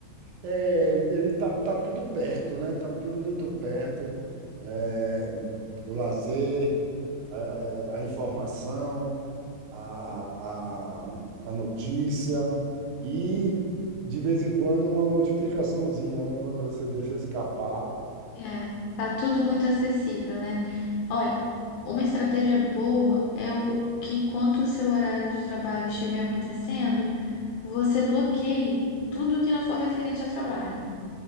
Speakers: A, on the right (about 85°); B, on the left (about 80°).
A: É, ele tá, tá tudo perto, né? Tá tudo muito perto. É, o lazer, a, a a informação, a, a, a notícia e, de vez em quando, uma notificaçãozinha, né? Quando você deixa escapar.
B: É, tá tudo muito acessível, né? Olha, uma estratégia boa é o que enquanto o seu horário de trabalho estiver acontecendo, você bloqueie tudo que não for referente ao trabalho.